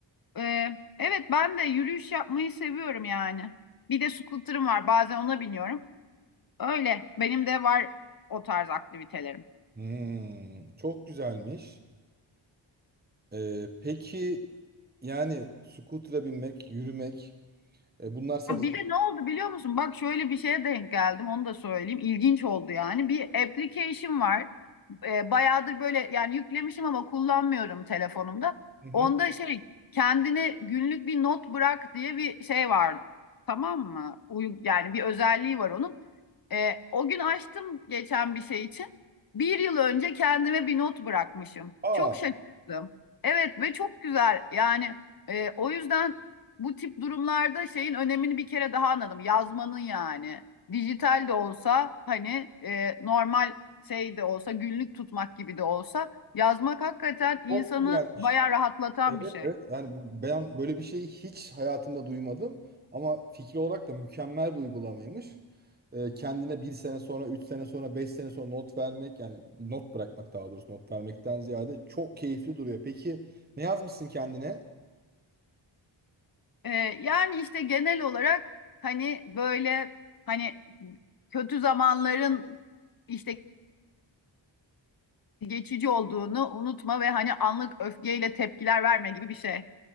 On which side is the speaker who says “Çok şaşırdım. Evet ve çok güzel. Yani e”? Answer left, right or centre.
Left